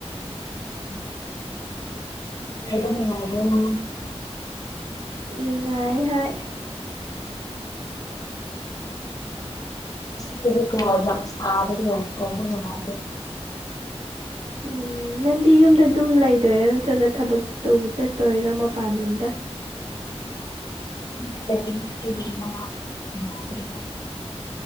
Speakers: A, on the left; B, on the right.
A: <inaudible> ꯂꯩꯕ ꯅꯨꯡꯉꯥꯏꯕ꯭ꯔꯣ
B: ꯅꯨꯡꯉꯥꯏ ꯍꯣꯏ
A: <unintelligible> ꯁꯕꯗꯣ ꯂꯩꯕ ꯅꯨꯡꯉꯥꯏꯇꯦ
B: ꯎꯝ ꯅꯪꯗꯤ ꯌꯨꯝꯗ ꯑꯗꯨꯝ ꯂꯩꯗꯣꯏꯔꯥ ꯅꯠꯇ꯭ꯔꯒ ꯊꯕꯛ ꯇꯧꯕ ꯆꯠꯇꯣꯏꯔ ꯃꯄꯥꯟ ꯂꯝꯗ
A: <unintelligible>